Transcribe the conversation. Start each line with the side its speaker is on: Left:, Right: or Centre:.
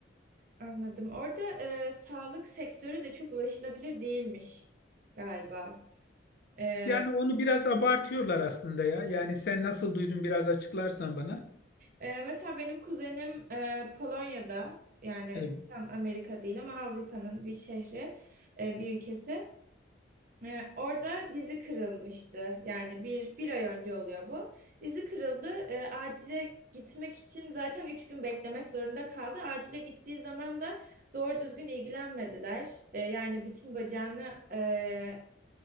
Right: Anladım. Orada e, sağlık sektörü de çok ulaşılabilir değilmiş galiba. E,
Left: Yani onu biraz abartıyorlar aslında ya. Yani sen nasıl duydun biraz açıklarsan bana.
Right: Ee, mesela benim kuzenim e, Polonya'da yani
Left: E,
Right: tam Amerika değil ama Avrupa'nın bir şehri, e, bir ülkesi. E, orada dizi kırılmıştı. Yani bir, bir ay önce oluyor bu. Dizi kırıldı. E, acile gitmek için zaten üç gün beklemek zorunda kaldı. Acile gittiği zaman da doğru düzgün ilgilenmediler. E, yani bütün bacağını e,